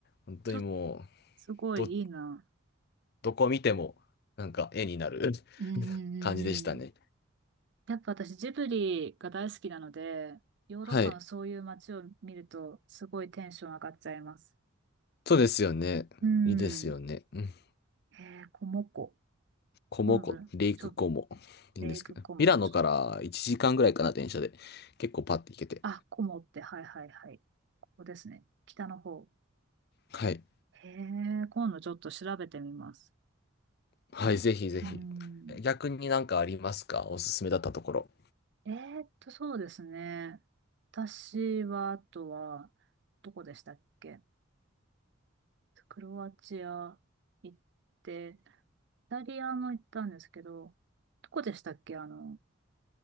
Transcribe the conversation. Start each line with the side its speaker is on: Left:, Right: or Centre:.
Left: 本当にもう、
Right: ちょっと、すごいいいな
Left: ど、どこ見ても、なんか絵になる
Right: ぁ。うんうんうんうん。
Left: 感じでしたね。
Right: やっぱ私ジブリが大好きなので、ヨーロッパのそういう街を見ると、
Left: はい。
Right: すごいテンション上がっちゃいます。
Left: そうですよね。
Right: うん。
Left: いいですよね。うん
Right: えー、こもこ。
Left: コモ湖、
Right: なんで、
Left: レイクコモって言うんですけど、
Right: ちょ、レイクコモンズ。
Left: ミラノから1時間ぐらいかな、電車で。結構パッて行けて。
Right: あ、こもって、はいはいはい。ここですね。北の方。
Left: はい。
Right: へえ、今度ちょっと調べてみます。
Left: はい、ぜひぜひ。
Right: うん。
Left: 逆になんかありますかおすすめだったところ。
Right: えーっと、そうですね。私は、あとは、どこでしたっけクロアチア行って、イタリアも行ったんですけど、どこでしたっけあの、